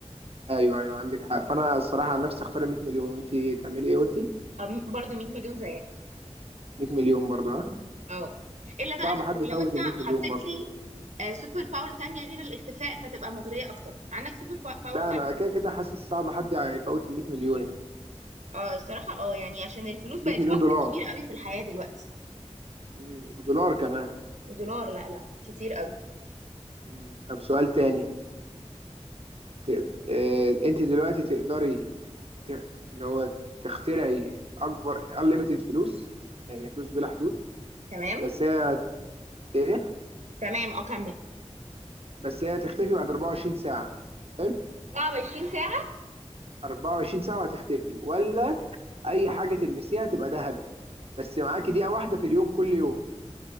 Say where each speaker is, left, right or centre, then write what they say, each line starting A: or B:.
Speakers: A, on the right; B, on the right.
A: ايوه ايوه عندك حق فانا الصراحه عن نفسي اختار ال 100 مليون وانت تعملي ايه قلتي
B: أم- برضه 100 مليون زيك
A: 100 مليون برضه ها
B: اه الا بقى
A: صعب
B: لو
A: حد يفوت
B: لو انت
A: ال
B: حطيت
A: 100 مليون برضه
B: لي سوبر باور تانية غير الاختفاء فتبقى مغرية اكتر عندك سوبر باور
A: ده
B: تانية
A: انا كده كده حاسس صعب حد يفوت ال 100 مليون يعني
B: اه الصراحة اه يعني عشان الفلوس بقت
A: 100 مليون
B: فاكتور
A: دولار
B: كبير قوي في الحياة دلوقتي
A: مم. ودولار كمان
B: ودولار لا لا كتير قوي
A: مم. طب سؤال تاني تقد... آه... انت دلوقتي تقدري ت... اللي هو تخترعي اكبر unlimited فلوس يعني فلوس بلا حدود
B: تمام
A: بس هي ايه
B: تمام اه كمل
A: بس هي تختفي بعد 24 ساعه حلو
B: 24 ساعة
A: 24 ساعه هتختفي ولا اي حاجه تلمسيها تبقى ذهب بس معاكي دقيقة واحدة في اليوم كل يوم